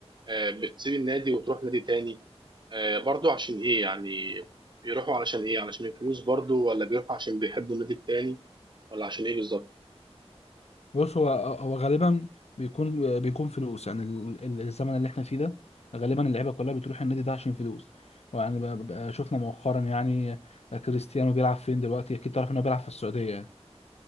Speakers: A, on the right (about 45°); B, on the left (about 75°).
A: آه، بتسيب النادي وتروح نادي تاني آه، برضو عشان ايه يعني بيروحوا علشان ايه علشان الفلوس برضو ولا بيروحوا عشان بيحبوا النادي التاني ولا عشان ايه بالظبط
B: بص هو هو غالبا بيكون بيكون فلوس يعني ال- ال- الزمن اللي احنا فيه ده غالبا اللعيبه كلها بتروح النادي ده عشان فلوس ويعني ب- ب- شفنا مؤخرا يعني كريستيانو بيلعب فين دلوقتي اكيد تعرف انه بيلعب في السعوديه يعني.